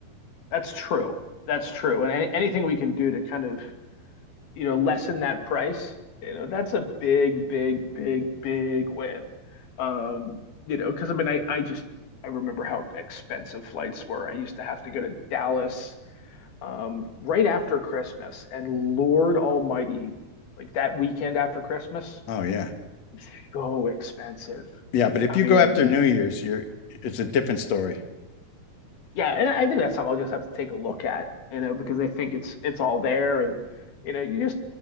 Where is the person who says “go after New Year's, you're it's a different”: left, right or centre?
Left